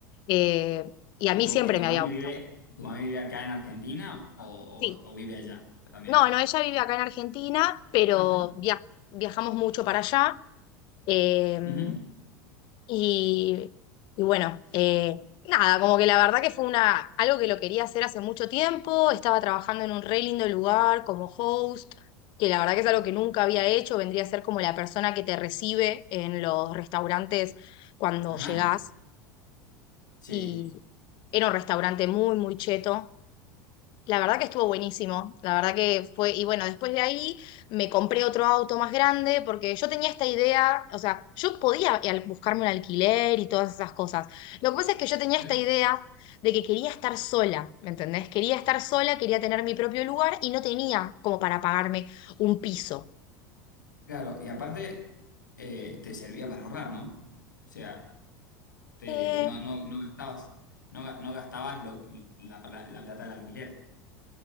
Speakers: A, on the left (about 55°); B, on the left (about 90°).
A: eh, y a
B: ¿Y
A: mí
B: tu,
A: siempre
B: y tu
A: me
B: mami
A: había gustado.
B: vive, tu mami vive acá en Argentina o, o-
A: Sí.
B: o vive allá también?
A: No, no, ella vive acá en Argentina, pero
B: Ajá.
A: via- viajamos mucho para allá. eh,
B: Ujú.
A: Y, y bueno, eh, nada, como que la verdad que fue una, algo que lo quería hacer hace mucho tiempo, estaba trabajando en un re lindo lugar como host, que la verdad que es algo que nunca había hecho, vendría a ser como la persona que te recibe en los restaurantes cuando
B: Ajá.
A: llegás,
B: Sí.
A: y era un restaurante muy, muy cheto, la verdad que estuvo buenísimo, la verdad que fue, y bueno, después de ahí me compré otro auto más grande porque yo tenía esta idea, o sea, yo podía al- buscarme un alquiler y todas esas cosas. Lo que pasa es que yo tenía
B: Pero-
A: esta idea de que quería estar sola, ¿me entendés? Quería estar sola, quería tener mi propio lugar y no tenía como para pagarme un piso.
B: Claro, y aparte eh, te servía para ahorrar, ¿no? O sea, te,
A: Eh,
B: no, no, no gastabas, no, ga- no gastabas lo- la, la- la plata del alquiler.